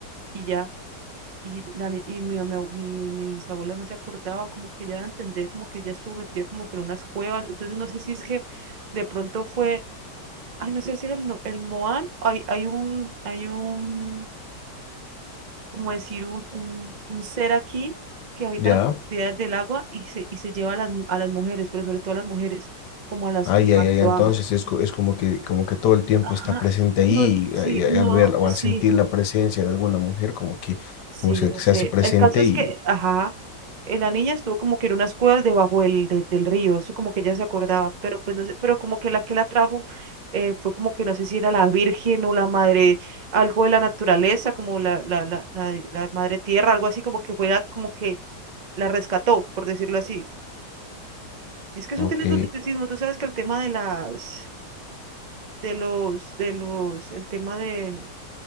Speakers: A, on the right (about 65°); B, on the left (about 75°).
A: y ya y, la, ni- y mi, mi, mi, mi bisabuela no se acordaba, como que ya de entender, como que ya estuvo metida como que en unas cuevas. Entonces no sé si es que de pronto fue, ay, no sé si es el, no- el Moan, hay, hay un, hay un, como decir, un, un, un ser aquí que habita
B: Ya,
A: en las profundidades del agua y se, y se lleva a las, a las mujeres, pero sobre todo a las mujeres, como a las
B: Ay,
A: cuevas
B: ay, ay,
A: de
B: entonces
A: abajo.
B: es, co- es como que, como que todo el tiempo
A: Ajá,
B: está presente ahí
A: no, sí,
B: y, y al
A: no,
B: ver o
A: sí.
B: al sentir la presencia de alguna mujer, como que,
A: Sí,
B: como se,
A: no
B: se
A: sé.
B: hace presente
A: El caso es
B: y,
A: que, ajá, eh, la niña estuvo como que en unas cuevas debajo del, de- del río, eso como que ella se acordaba, pero pues no sé, pero como que la que la trajo eh, fue como que no sé si era la Virgen o la madre, algo de la naturaleza, como la, la, la, la, la madre tierra, algo así como que fue la- como que la rescató, por decirlo así. Es que eso
B: ok.
A: tiene su misticismo, tú sabes que el tema de las, de los, de los, el tema de